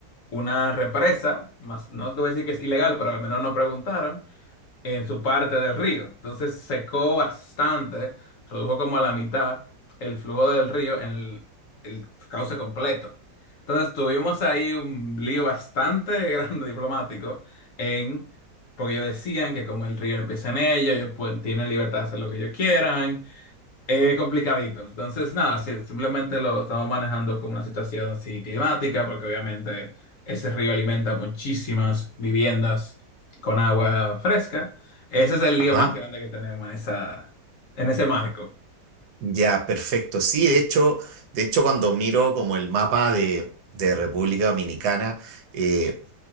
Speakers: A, on the left; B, on the right.
A: una represa, más, no te voy a decir que es ilegal, pero al menos no preguntaron, en su parte del río. Entonces secó bastante, redujo como a la mitad el flujo del río en el, el cauce completo. Entonces tuvimos ahí un lío bastante <laughs> grande diplomático en, porque ellos decían que como el río empieza en ellos, ellos pueden, tienen libertad de hacer lo que ellos quieran, es complicadito. Entonces, nada, sí, simplemente lo estamos manejando como una situación así climática, porque obviamente ese río alimenta muchísimas viviendas con agua fresca. Ese es el lío
B: Ah,
A: más grande que tenemos en esa, en ese marco.
B: ya, perfecto. Sí, de hecho, de hecho, cuando miro como el mapa de, de República Dominicana, eh,